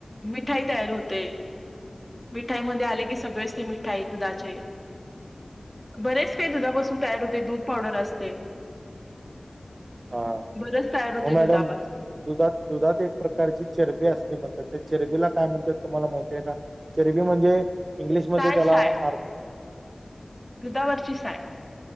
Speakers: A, in the centre; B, on the right (about 70°).
A: मिठाई तयार होते मिठाई मध्ये आले की सगळेच ते मिठाई दुधाचे बरेच काही दुधापासून तयार होते दूध पावडर असते
B: हा
A: बरच तयार होत
B: मग मॅडम
A: दुधापासून
B: दुधात दुधात एक प्रकारची चरबी असते म्हणतात त्या चरबीला काय म्हणतात तुम्हाला माहतीय का चरबी म्हणजे इंग्लिशमध्ये
A: साय
B: त्याला
A: साय
B: अर्क
A: दुधावरची साय